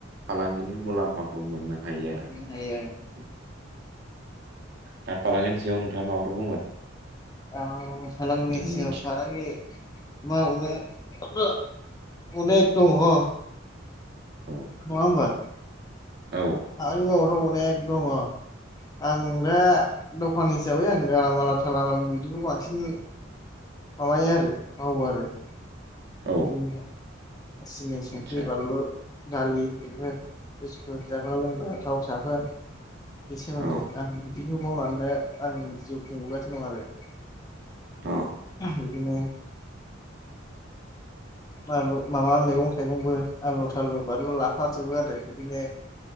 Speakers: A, on the right (about 55°); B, on the left (about 20°).
A: फालांगिनि मुलाम्फाखौ मोनना हायो आरो
B: मोननो हायो
A: <unintelligible> दा फालांगिनि सायाव नोंथाङा माबाफोर बुंगोन
B: औ फलांगिनि
A: आंनि
B: सायाव
A: मिथि
B: फालांगि <unintelligible> अनेख दंङ' हो।
A: औ
B: नङा ओमबा
A: औ
B: <unintelligible> अनेक दङ' आं दा दखान हिसाबै आं गालामाला थालामाला बिदिखौ बांसिन माबाय आरो मावो आरो <unintelligible>
A: औ
B: संख्रि
A: आतसा
B: बालु दालि बेफोर बिस्कुट जाग्रा लोंग्रा थाव साखोन बे सोमोन्दै
A: औ
B: आं बिदिखौ मावनानैनो आं जिउ खुंबोगासिनो दं आरो
A: औ
B: बिदिनो आलु माबा मैगं थाइगंबो आलु थालु बानलु लाफाजोबो आरो बिदिनो